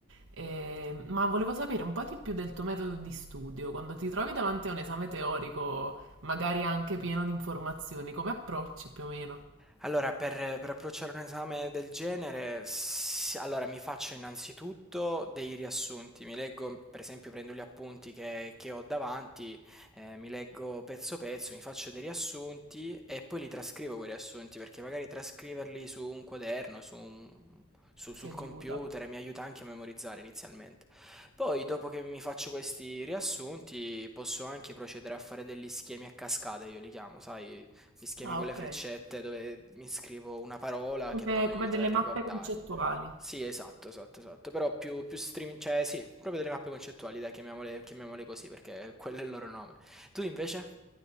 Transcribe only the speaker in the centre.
Allora, per per approcciare un esame del genere, s allora mi faccio innanzitutto dei riassunti, mi leggo per esempio prendo gli appunti che che ho davanti, ehm, mi leggo pezzo pezzo, mi faccio dei riassunti e poi li trascrivo quei riassunti, perché magari trascriverli su un quaderno, su un su sul
computer mi aiuta anche a memorizzare inizialmente. Poi dopo che mi faccio questi riassunti, posso anche procedere a fare degli schemi a cascata io li chiamo, sai gli schemi
con
le freccette dove mi scrivo una parola
che però mi
aiuta
a ricordare.
Sì, esatto, esatto, esatto. Però più, più stream, cioè sì, proprio delle mappe concettuali, dai, chiamiamole, chiamiamole così perché quello è il loro nome. Tu invece?